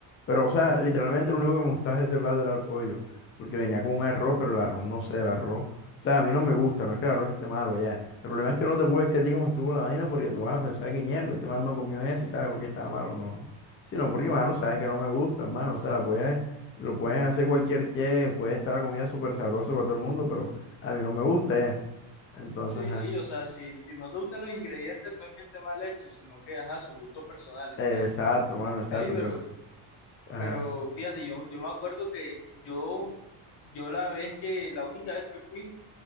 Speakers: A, on the left; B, on the left.
A: pero, o sea, literalmente lo único que me gustaba de ese plato era el pollo, porque venía con un arroz, pero el arroz, no sé, el arroz, o sea, a mí no me gusta, no es que el arroz esté malo, ya, el problema es que yo no te puedo decir a ti cómo estuvo la vaina, porque tú vas a pensar que mierda, este man no comió eso y tal, porque estaba malo, no, sino porque, mano, sabes que no me gusta, mano, o sea, la puedes, lo pueden hacer cualquier que, puede estar la comida súper sabrosa para todo el mundo, pero a mí no me gusta, ya, entonces,
B: Sí,
A: ajá.
B: sí, o sea, si, si no te gustan los ingredientes, no es que esté mal hecho, sino que, ajá, son gustos personales,
A: Exacto,
B: ya.
A: mano, exacto.
B: Ahí, pero,
A: Entonces, ajá,
B: pero fíjate, yo, yo me acuerdo que yo, yo la vez que, la única vez que fui,